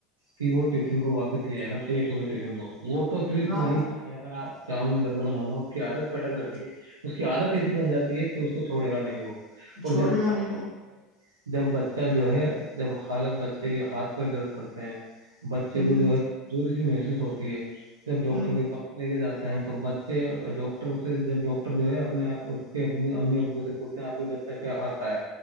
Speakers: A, on the right; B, on the right.
A: کہ وہ ٹفن کو واپس لے آئے گا پیک ہوئے ٹفن کو وہ تو صرف
B: ہاں،
A: وہیں
B: ہاں،
A: کھائے گا چاؤمین برگر مومو اس کی عادت پٹک رکھھی ہے اس کی عادت ایسی بن جاتی ہے کہ اس کو چھوڑے گا نہیں وہ اور
B: چھوڑے
A: جب
B: گا
A: بچپن
B: نہیں وہ،
A: جو ہے جب بچہ جو ہے جب حالت بچے کے ہاتھ پ درد کرتے ہیں بچے
B: ہوں،
A: کو جو ہے کمزوری سے محسوس ہوتی ہے جب ڈاکٹر
B: ہوں،
A: کے پاس لے کے جاتے ہیں تو بچے ڈاکٹر سے جب ڈاکٹر جو ہے اپنے اس کے امی ابو سےچھ آپ کے بچہ کیا کھاتا ہے